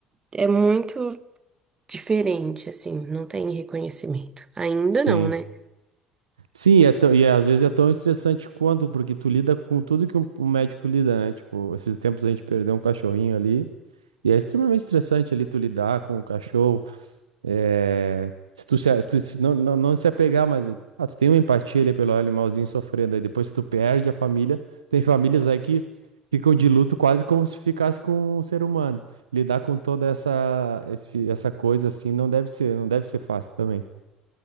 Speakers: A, on the right (about 25°); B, on the right (about 80°).
A: é muito diferente, assim, não tem reconhecimento. Ainda
B: Sim.
A: não, né?
B: Sim, é tão- e é, às vezes é tão estressante quanto, porque tu lida com tudo que um, um médico lida, né? Tipo, esses tempos a gente perdeu um cachorrinho ali. E é extremamente estressante ali tu lidar com o cachorro. É, se tu, se, tu se- não, não, não se apegar, mas ah, tu tem uma empatia ali pelo animalzinho sofrendo. Aí depois tu perde a família. Tem famílias aí que ficam de luto quase como se ficasse com um ser humano. Lidar com toda essa, esse, essa coisa assim não deve ser, não deve ser fácil também.